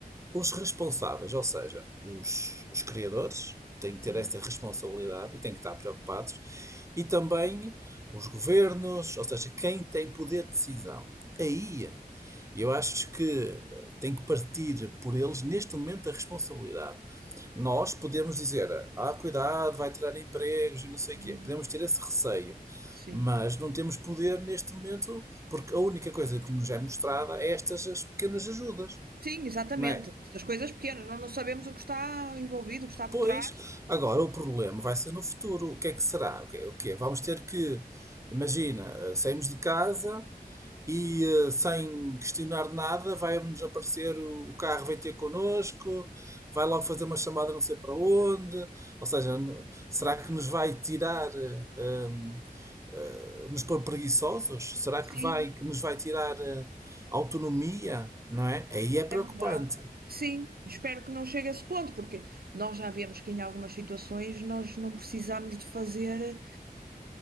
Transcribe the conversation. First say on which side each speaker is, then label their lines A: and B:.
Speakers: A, on the right; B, on the right.
A: os responsáveis, ou seja, os, os criadores têm que
B: sim.
A: ter esta responsabilidade e têm que estar preocupados, e também os governos, ou seja, quem tem poder de decisão. Aí eu acho que eh, tem que partir por eles neste momento a responsabilidade. Nós podemos dizer, ah, cuidado, vai tirar empregos e não sei
B: Uhum.
A: o quê. Podemos ter esse receio.
B: Sim.
A: Mas não temos poder neste momento, porque a única coisa que nos é mostrada é estas as pequenas ajudas,
B: Sim, exatamente.
A: não é?
B: Das coisas pequenas, nós não sabemos o que está envolvido, o que está por
A: Pois,
B: trás.
A: agora o problema vai ser no futuro. O que é que será? O que é? O que é? Vamos ter que, imagina, eh, saímos de casa e eh, sem questionar nada vai-nos aparecer o, o carro vem ter connosco, vai logo fazer uma chamada não sei para onde. Ou seja, n- será que nos vai tirar eh, hum, uh, nos pôr preguiçosos? Será que
B: Sim,
A: vai que nos vai tirar eh, autonomia? Não é? Aí é preocupante.
B: é verdade. Sim, espero que não chegue a esse ponto, porque nós já vemos que em algumas situações nós não precisamos de fazer.